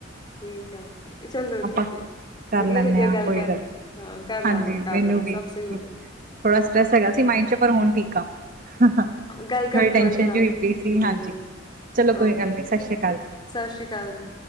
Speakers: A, on the left; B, on the right.
A: ਠੀਕ ਏ ਚਲੋ
B: ਆਪਾਂ
A: ਠੀਕ ਏ।
B: ਕਰ
A: ਵਧੀਆ
B: ਲੈਂਦੇ
A: ਲੱਗਿਆ
B: ਹਾਂ
A: ਗੱਲ
B: ਕੋਈ
A: ਕਰਨ ਚ
B: ਨਹੀਂ
A: ਹਾਂ ਕਰਲਾ
B: ਹਾਂਜੀ
A: ਗੇ ਕਰਲਾ
B: ਮੈਨੂੰ
A: ਗੇ
B: ਵੀ
A: ਸਭ ਸਹੀ ਹੋ ਜੋ
B: ਥੋੜਾ ਸਟਰੈਸ ਹੈਗਾ ਸੀ ਮਾਈਡ 'ਚ ਪਰ ਹੁਣ ਠੀਕ ਆ। ਹ ਹਾਂ ਥੋੜੀ
A: ਗੱਲ ਕਰਕੇ
B: ਟੈਂਨਸ਼ਨ
A: ਵਧੀਆ
B: ਜੀ
A: ਲੱਗ
B: ਹੋਈ ਪਈ ਸੀ
A: ਹੂੰ
B: ਹਾਂਜੀ ਚਲੋ ਕੋਈ
A: ਓਕੇ
B: ਗੱਲ ਨੀ ਸਤਿ ਸ੍ਰੀ ਅਕਾਲ
A: ਸਤਿ ਸ਼੍ਰੀ ਅਕਾਲ ਜੀ